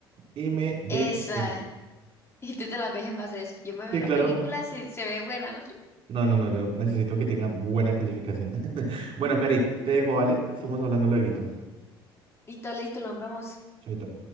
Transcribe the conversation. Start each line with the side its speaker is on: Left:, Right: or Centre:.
Right: IMDS.
Left: Esa. <laughs> Y tú te la ves en base a eso. Yo me veo
Right: Sí,
Left: la
Right: claro.
Left: película si se ve buena, ¿no? <laughs>
Right: No, no, no, yo necesito que tenga buena calificación. <laughs> Bueno, Cari, te dejo, ¿vale? Estamos hablando lueguito.
Left: Listo, listo, nos vemos.
Right: Chaito.